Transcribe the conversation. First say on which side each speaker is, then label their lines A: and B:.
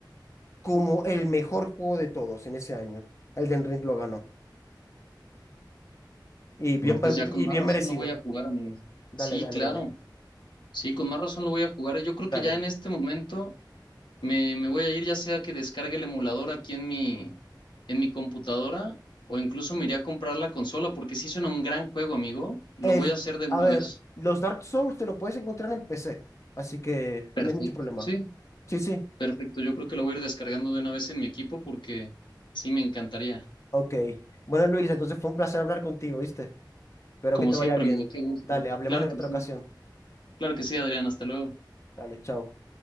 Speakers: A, on the left; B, on the left.
A: como el mejor juego de todos en ese año. Elden Ring lo ganó. Y bien,
B: No, pues
A: pa-
B: ya con
A: y
B: más
A: bien
B: razón
A: merecido.
B: lo voy a jugar, amigo.
A: Dale,
B: Sí,
A: dale,
B: claro.
A: dale,
B: Sí, con más razón lo voy a jugar. Yo creo
A: dale.
B: que ya en este momento. Me, me voy a ir ya sea que descargue el emulador aquí en mi, en mi computadora o incluso me iré a comprar la consola porque sí suena un gran juego, amigo. Lo
A: El,
B: voy a hacer de una
A: a ver,
B: vez.
A: los Dark Souls te lo puedes encontrar en PC, así que
B: Perfecto.
A: no hay mucho problema.
B: Sí,
A: Sí, sí.
B: perfecto. Yo creo que lo voy a ir descargando de una vez en mi equipo porque sí me encantaría.
A: Ok. Bueno, Luis, entonces fue un placer hablar contigo, ¿viste? Espero
B: Como
A: que te
B: siempre,
A: vaya bien.
B: amigo, qué gusto.
A: Dale, hablemos
B: Claro
A: en
B: que
A: otra
B: sí.
A: ocasión.
B: Claro que sí, Adrián. Hasta luego.
A: Dale, chao.